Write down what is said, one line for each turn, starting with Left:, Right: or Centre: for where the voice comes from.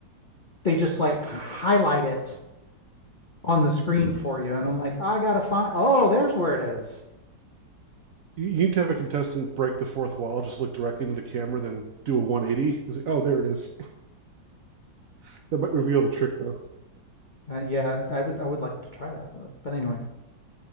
Left: they just like highlight it on the screen for you and I'm like, I gotta find oh, there's where it is.
Right: You you need to have a contestant break the fourth wall, just look directly into the camera, then do a 180. It's like, oh, there it is. <laughs> That might reveal the trick, though.
Left: Uh, yeah, I would I would like to try that. But anyway.